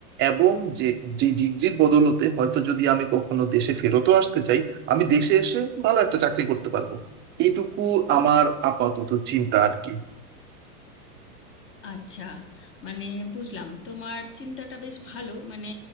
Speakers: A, on the right; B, on the left.
A: এবং যে যে ডিগ্রির বদলতে হয়তো যদি আমি কখনো দেশে ফেরতও আসতে চাই আমি দেশে এসে ভালো একটা চাকরি করতে পারবো এইটুকু আমার আপাতত চিন্তা আর কি
B: আচ্ছা মানে বুঝলাম তোমার চিন্তাটা বেশ ভালো মানে